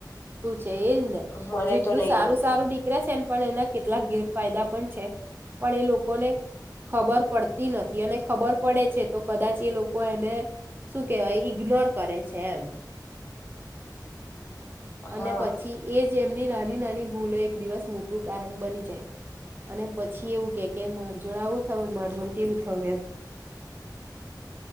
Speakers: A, on the right; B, on the left.
A: તે એજ ને,
B: મને
A: જેટલું
B: તો નહી
A: સારું
B: ગમતું
A: સારું નિકળે છે ન પણ એના કેટલાક ગેરફાયદા પણ છે. પણ એ લોકોને ખબર પડતી નથી, અને ખબર પડે છે, તો કદાચ એ લોકો એને શું કેવાય? ઇગ્નોર કરે છે એમ. અને
B: હા
A: પછી એ જ એમની નાની નાની ભૂલો એક દિવસ મોટું કારણ બની જાય. અને પછી એવું કેય કે માર જોડે આવું થયું માર જોડે તેવું થયું એમ.